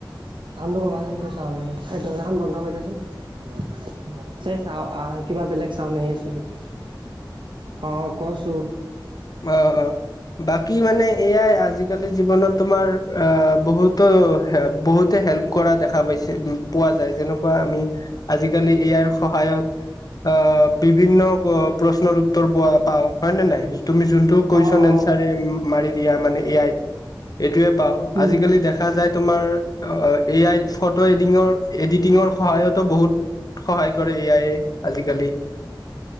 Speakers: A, on the right; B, on the left.
A: চাউণ্ডটো কমাচোন তোৰ চাউণ্ড আহি আছে, এই দৰ্জাখন বন্ধ কৰি দিয়াচোন। চেচ আৰু আ আ কিবা বেলেগ চাউণ্ড আহি আছে। অ', কছো।
B: অ', অ', বাকী মানে এ আই আজিকালি জীৱনত তোমাৰ অ' বহুতো বহুতে হেল্প কৰা দেখা পাইছে। পোৱা যায় যেনেকুৱা আমি আজিকালি এ আইৰ সহায়ত অ' বিভিন্ন প্ৰশ্নৰ উত্তৰ পোৱা পাওঁ হয় নে নাই তুমি যোনটো কুৱেশ্বন
A: অ' অ'
B: আঞ্চাৰে মাৰি দিয়া মানে এ আইত এইটোৱে পাওঁ।
A: উম,
B: আজিকালি দেখা যায় তোমাৰ এ আইত ফটো এডিটিঙৰ এডিটিঙৰ সহায়তো বহুত সহায় কৰে এ আই এ আজিকালি।